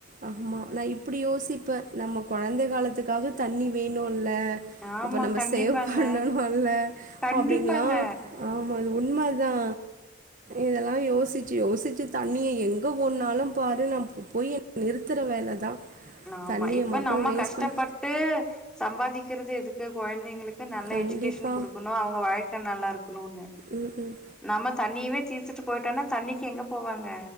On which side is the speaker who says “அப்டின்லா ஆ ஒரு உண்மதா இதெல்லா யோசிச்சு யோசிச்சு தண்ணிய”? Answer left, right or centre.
Right